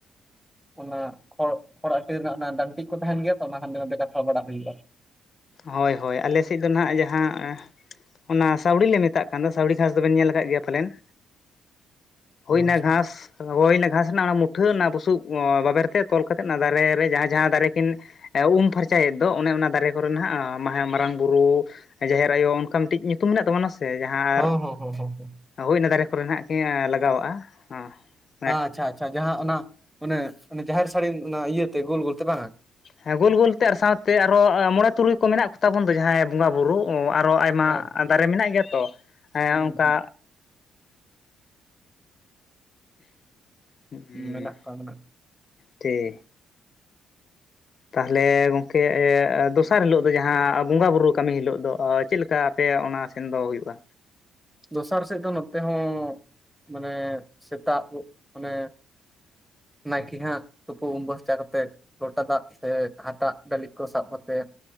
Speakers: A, in the centre; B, on the left.
A: ᱚᱱᱟ ᱠᱷᱚᱲ ᱠᱷᱚᱲ ᱟᱹᱴᱤ ᱨᱮᱱᱟᱜ ᱚᱱᱟ ᱰᱟᱹᱱᱴᱤᱡ ᱠᱚ ᱛᱟᱦᱮᱱ ᱜᱮᱭᱟ ᱛᱚ ᱚᱱᱟ ᱦᱟᱱᱟᱛᱮ ᱜᱟᱛᱷᱟᱲ ᱵᱟᱲᱟ ᱦ <unintelligible>
B: ᱦᱳᱭ ᱦᱳᱭ ᱟᱞᱮ ᱥᱮᱫ ᱫᱚ <unintelligible> ᱡᱟᱦᱟᱸ ᱚᱱᱟ ᱥᱟᱹᱣᱲᱤ ᱞᱮ ᱢᱮᱛᱟᱜ ᱠᱟᱱᱟ‌ᱫᱚ ᱚᱱᱟ ᱥᱟᱣᱲᱤ ᱜᱷᱟᱸᱥ ᱫᱚᱵᱮᱱ ᱧᱮᱞ ᱟᱠᱟᱫ ᱜᱮᱭᱟ ᱯᱟᱞᱮᱱ? ᱦᱳᱭ
A: ᱟᱪᱪᱷᱟ
B: ᱚᱱᱟ ᱜᱷᱟᱸᱥ ᱦᱳᱭ ᱚᱱᱟ ᱜᱷᱟᱥ ᱨᱮᱱᱟᱜ ᱚᱱᱟ ᱢᱩᱴᱷᱟᱹᱱ ᱚᱱᱟ ᱵᱩᱥᱩᱵ ᱵᱟᱵᱮᱨ ᱛᱮ ᱛᱚᱞ ᱠᱟᱛᱮᱫ ᱚᱱᱟ ᱫᱟᱨᱮ ᱨᱮ ᱡᱟᱦᱟᱸ ᱡᱟᱦᱟᱸ ᱫᱟᱨᱮ ᱠᱤᱱ ᱩᱢ ᱯᱷᱟᱨᱪᱟᱭᱮᱫ ᱫᱚ ᱚᱱᱮ ᱚᱱᱟ ᱫᱟᱨᱮ ᱠᱚ ᱠᱚᱨᱮ ᱱᱷᱟᱜ ᱢᱟᱨᱟᱝ ᱵᱩᱨᱩ ᱡᱟᱦᱮᱨ ᱟᱭᱳ ᱚᱱᱠᱟ ᱢᱤᱫᱴᱤᱡ ᱧᱩᱛᱩᱢ ᱢᱮᱱᱟᱜ ᱛᱟᱵᱚᱱᱟ ᱥᱮ ᱟᱨ
A: ᱦᱚᱸ ᱦᱚᱸ ᱦᱚᱸ ᱦᱚᱸ ᱦᱚᱸ
B: ᱦᱳᱭ ᱤᱱᱟ ᱫᱟᱨᱮ ᱠᱚᱨᱮ ᱱᱟᱜ ᱜᱮ ᱞᱟᱜᱟᱣᱟᱜᱼᱟ, ᱦᱚᱸ
A: ᱟᱪᱪᱷᱟ ᱟᱪᱪᱷᱟ ᱡᱟᱦᱟᱸ ᱚᱱᱟ ᱚᱱᱮ ᱡᱟᱦᱮᱨ ᱥᱟᱹᱲᱤᱢ ᱚᱱᱟ ᱤᱭᱟᱹᱛᱮ ᱜᱳᱞ ᱜᱳᱞᱛᱮ ᱵᱟᱝᱟ?
B: ᱦᱮᱸ ᱜᱳᱞ ᱜᱳᱞᱛᱮ ᱟᱨ ᱥᱟᱶᱛᱮ ᱟᱨᱦᱚ ᱢᱚᱬᱮ ᱛᱩᱨᱩᱭ ᱠᱚ ᱢᱮᱱᱟᱜ ᱠᱚᱛᱟ ᱵᱚᱱ ᱫᱚ ᱡᱟᱦᱟᱸᱭ ᱵᱚᱸᱜᱟ ᱵᱩᱨᱩ ᱟᱨᱦᱚ ᱟᱭ ᱟᱭᱢᱟ
A: ᱦᱮᱸ
B: ᱫᱟᱨᱮ ᱢᱮᱱᱟᱜ ᱜᱮᱭᱟ ᱛᱚ
A: ᱦᱩᱸ
B: ᱚᱱᱠᱟ ᱦᱩᱸ
A: ᱢᱮᱱᱟᱜ ᱠᱚᱣᱟ ᱢᱮᱱᱟᱜ
B: ᱴᱷᱤᱠ ᱛᱟᱦᱚᱞᱮ ᱜᱚᱢᱠᱮ ᱫᱚᱥᱟᱨ ᱦᱤᱞᱳᱜ ᱫᱚ ᱡᱟᱦᱟᱸ ᱵᱚᱸᱜᱟ ᱵᱩᱨᱩ ᱠᱟᱹᱢᱤ ᱦᱤᱞᱳᱜ ᱫᱚ ᱪᱮᱫ ᱞᱮᱠᱟ ᱟᱯᱮ ᱚᱱᱟ ᱥᱮᱱᱫᱚ ᱦᱩᱭᱩᱜᱼᱟ?
A: ᱫᱚᱥᱟᱨ ᱥᱮᱫ ᱫᱚ ᱱᱚᱛᱮ ᱦᱚᱸ ᱢᱟᱱᱮ ᱥᱮᱛᱟᱜ ᱜᱚᱜ ᱢᱟᱱᱮ, ᱱᱟᱭᱠᱤ ᱦᱟᱸᱜ ᱛᱩᱯᱩ ᱩᱢ ᱵᱚᱥᱪᱟ ᱠᱟᱛᱮᱜ ᱞᱚᱴᱟ ᱫᱟᱜ ᱥᱮ ᱦᱟᱴᱟᱜ ᱰᱟᱹᱞᱤ ᱠᱚ ᱥᱟᱵ ᱠᱟᱛᱮᱜ,